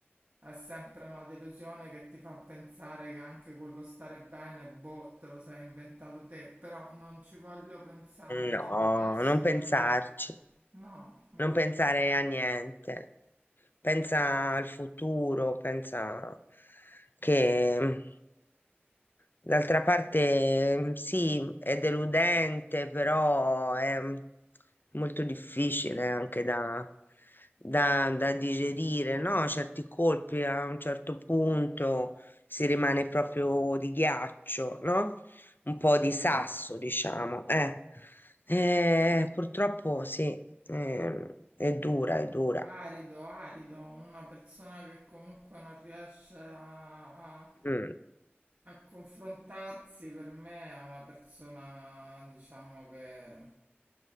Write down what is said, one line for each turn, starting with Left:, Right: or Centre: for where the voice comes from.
Right: È sempre una delusione che ti fa pensare che anche quello stare bene, boh, te lo sei inventato te, però non ci voglio pensare,
Left: no,
Right: cioè adesso
Left: non pensarci,
Right: voglio, no, voglio
Left: non pensare a niente. pensa al futuro, pensa che d'altra parte sì, è deludente, però è molto difficile anche da, da- da digerire, no? Certi colpi a un certo punto si rimane proprio di ghiaccio, no? Un po' di sasso, diciamo. Eh. Eh, purtroppo sì, ehm, è dura, è dura.
Right: arido, arido, una persona che comunque non riesce a, a
Left: Mm.
Right: a confrontarsi per me è una persona, diciamo che